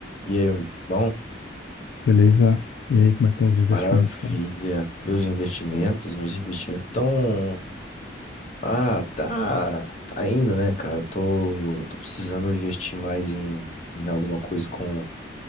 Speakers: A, on the left; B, on the left.
A: E aí, meu bom,
B: Beleza? E aí, como é que estão os investimentos,
A: maravilha.
B: cara?
A: Meus investimentos, meus investimentos estão. Ah, tá, tá indo, né, cara? Tô, tô precisando investir mais em, em alguma coisa com,